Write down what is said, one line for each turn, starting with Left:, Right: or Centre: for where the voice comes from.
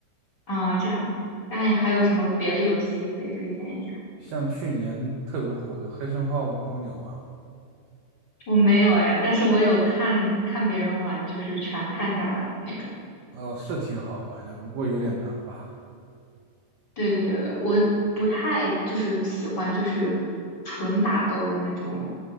Left: 啊，这样这样。那还有什么别的游戏可以推荐一下？
Right: 像去年特别火的《黑神话：悟空》，你有玩吗？
Left: 我没有哎，但是我有看看别人玩，就是全看下来的那种。
Right: 哦，是挺好玩的，不过有点难吧？
Left: 对对对，我不太就是喜欢就是纯打斗的那种